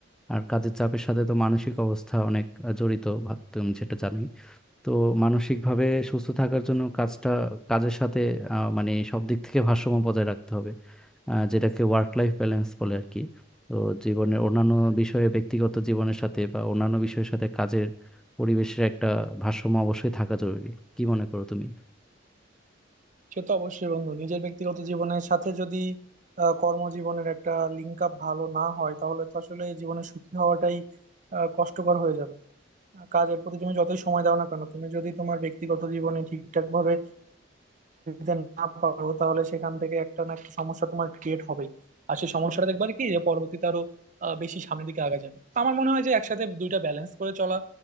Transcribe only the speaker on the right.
সে তো অবশ্যই বন্ধু নিজের ব্যক্তিগত জীবনের সাথে যদি আহ, কর্মজীবনের একটা লিঙ্ক আপ ভালো না হয় তাহলে তো আসলে জীবনে সুখী হওয়াটাই আহ, কষ্টকর হয়ে যাবে কাজের প্রতি তুমি যতই সময় দাও না কেন তুমি যদি তোমার ব্যক্তিগত জীবনে ঠিকঠাক ভাবে যদি না পারো তাহলে সেখান থেকে একটা না একটা সমস্যা তোমার ক্রিয়েট হবেই আর সেই সমস্যাটা দেখবা কি যে পরবর্তীতে আরো আহ, বেশি সামনের দিকে আগা যাবে তো আমার মনে হয় যে একসাথে দুইটা ব্যালেন্স করে চলা